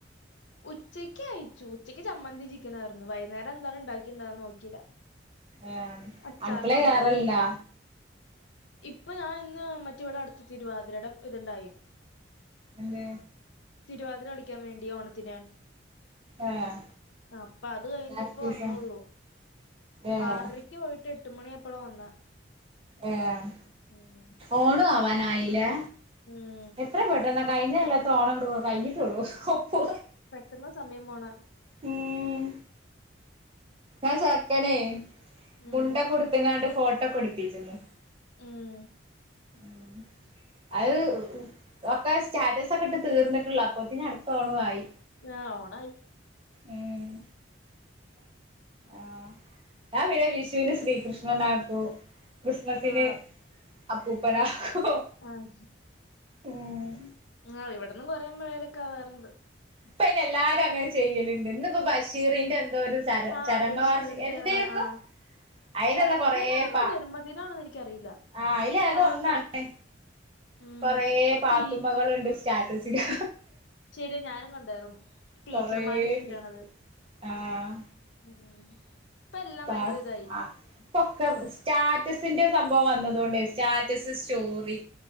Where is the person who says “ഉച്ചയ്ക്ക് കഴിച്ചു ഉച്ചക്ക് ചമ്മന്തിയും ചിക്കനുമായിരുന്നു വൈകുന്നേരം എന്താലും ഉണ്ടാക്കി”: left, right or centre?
Left